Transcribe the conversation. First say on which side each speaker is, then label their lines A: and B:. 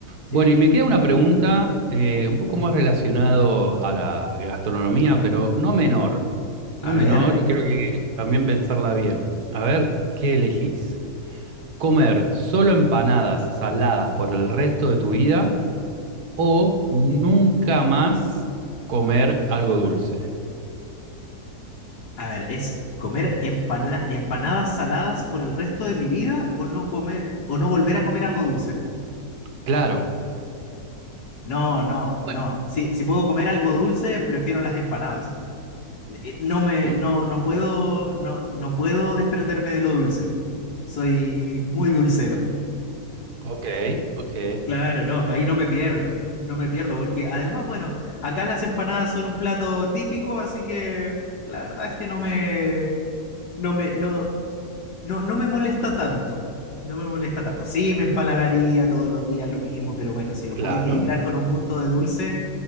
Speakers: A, on the right; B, on the left.
A: Bueno,
B: Sí.
A: y me queda una pregunta eh, un poco más relacionado a la gastronomía, pero no menor, no
B: A
A: menor,
B: ver.
A: y creo que también pensarla bien. A ver, ¿qué elegís? ¿Comer solo empanadas saladas por el resto de tu vida o nunca más comer algo dulce?
B: A ver, ¿es comer empana- empanadas saladas por el resto de mi vida o no comer o no volver a comer algo dulce?
A: Claro.
B: No, no,
A: Bueno.
B: no. Sí, si puedo comer algo dulce, prefiero las empanadas. Eh, No me,
A: Mm,
B: no, no puedo, no, no puedo desprenderme de lo dulce. Soy muy dulcero.
A: Ok, ok,
B: Claro, no, ahí no me pierdo. No me pierdo, porque además, bueno, acá las empanadas son un plato típico, así que la verdad es que no me, no me, no, No, no me molesta tanto. No me molesta tanto. Sí, me empalagaría todos los días lo mismo, pero bueno, si lo
A: claro.
B: puedo equilibrar con un punto de dulce,